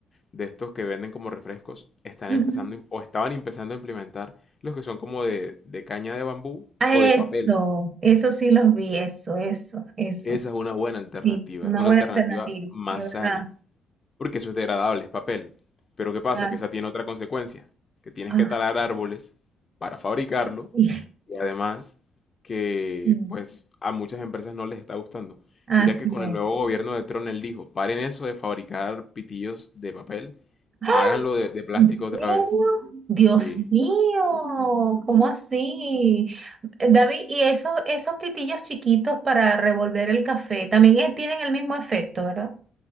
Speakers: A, on the left (about 35°); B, on the right (about 35°).
A: de estos que venden como refrescos, están
B: Ujú.
A: empezando im- o estaban empezando a implementar los que son como de, de caña de bambú
B: A
A: o
B: Eso,
A: de papel.
B: eso sí los vi, eso, eso, eso.
A: Esa es una buena alternativa,
B: Sí, una
A: es una
B: buena
A: alternativa
B: alternativa,
A: más
B: es verdad.
A: sana. porque eso es degradable, es papel. Pero ¿qué pasa?
B: Ah,
A: Que esa tiene otra consecuencia, que tienes
B: ah,
A: que talar árboles para fabricarlo
B: y-
A: y además que
B: sí,
A: pues a muchas empresas no les está gustando.
B: así
A: Mira que con
B: es.
A: el nuevo gobierno de Trump él dijo, paren eso de fabricar pitillos de papel,
B: ¡Ah!
A: háganlo de, de plástico
B: ¿En serio?
A: otra vez.
B: Dios
A: Sí,
B: mío, ¿cómo así? Eh, David, ¿y esos, esos pitillos chiquitos para revolver el café también eh, tienen el mismo efecto, ¿verdad?